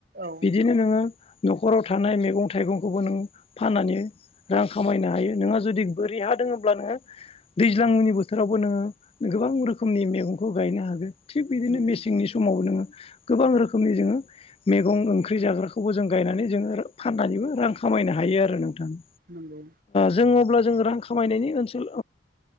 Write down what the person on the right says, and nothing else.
औ
नंगौ
नंगौ